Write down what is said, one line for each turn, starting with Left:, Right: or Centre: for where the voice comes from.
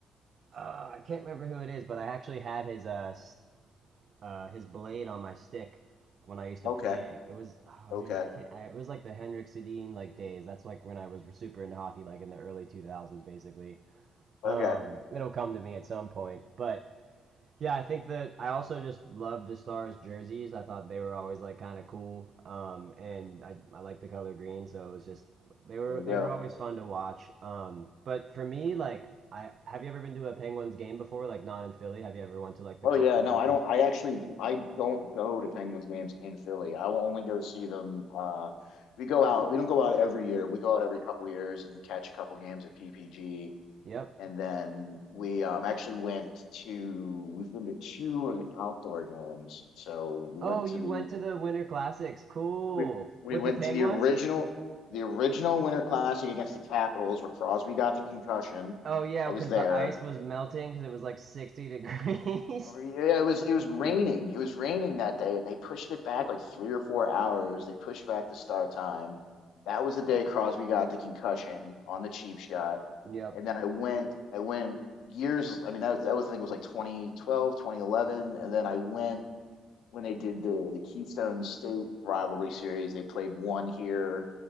Right: uh I can't remember who it is, but I actually had his uh, s- uh his blade on my stick when I used to
Left: Okay.
Right: play. It was oh
Left: Okay.
Right: man, I can't I, it was like the Henrik Sedin like days. That's like when I was super into hockey like in the early 2000s basically.
Left: Okay.
Right: Um it'll come to me at some point, but Yeah, I think that I also just love the Stars jerseys. I thought they were always like kind of cool, um, and I, I like the color green, so it was just they were
Left: There you
Right: they
Left: go.
Right: were always fun to watch. Um, but for me, like I have you ever been to a Penguins game before, like not in Philly? Have you ever went to like the
Left: Oh
Right: Continental
Left: yeah, no, I don't. I actually I don't go to Penguins games in Philly. I will only go see them. Uh, we go out. We don't go out every year. We go out every couple years and catch a couple games of PPG,
Right: Yep.
Left: and then we um, actually went to. We've been to two of the outdoor games. So we
Right: Oh,
Left: went
Right: you
Left: to the
Right: went to the Winter Classics. Cool.
Left: we we
Right: With
Left: went
Right: the Penguins?
Left: to the original the original Winter Classic against the Capitals, where Crosby got the concussion.
Right: Oh yeah,
Left: I
Right: because
Left: was there,
Right: the ice was melting because it was like 60 degrees.
Left: Yeah,
Right: <laughs>
Left: yeah, it was it was raining. It was raining that day, and they pushed it back like three or four hours. They pushed back the start time. That was the day Crosby got the concussion on the cheap shot.
Right: Yep.
Left: And then I went, I went years. I mean, that was, that was I think it was like 2012, 2011. And then I went when they did the the Keystone State rivalry series. They played one here